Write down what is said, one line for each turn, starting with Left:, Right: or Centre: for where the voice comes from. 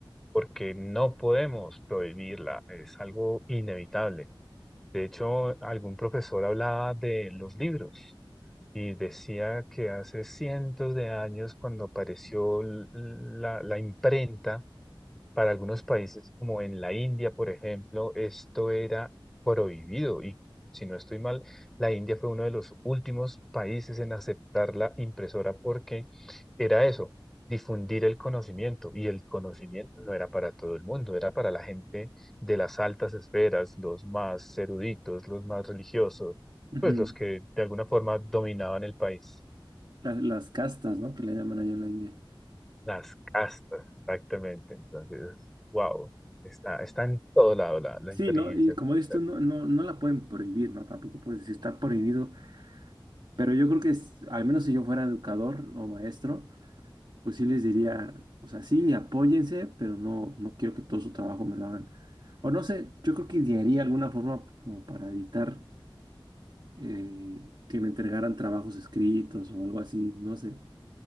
Centre: porque no podemos prohibirla, es algo inevitable. De hecho, algún profesor hablaba de los libros. Y decía que hace cientos de años, cuando apareció l- la, la imprenta, para algunos países, como en la India, por ejemplo, esto era prohibido y, si no estoy mal, la India fue uno de los últimos países en aceptar la impresora porque era eso, difundir el conocimiento y el conocimiento no era para todo el mundo, era para la gente de las altas esferas, los más eruditos, los más religiosos,
Right: Ujú.
Centre: pues los que de alguna forma dominaban el país.
Right: Las, las castas, ¿no? Que le llaman allá en la India.
Centre: Las castas, exactamente. Entonces, wow, está, está en todo lado la, la
Right: Sí,
Centre: inteligencia
Right: ¿no? Y
Centre: artificial.
Right: como dices tú, no, no, no la pueden prohibir, ¿no? Tampoco puedes decir está prohibido, pero yo creo que es- al menos si yo fuera educador o maestro, pues sí les diría, o sea, sí, apóyense, pero no, no quiero que todo su trabajo me lo hagan. O no sé, yo creo que idearía alguna forma como para evitar eh, que me entregaran trabajos escritos o algo así, no sé.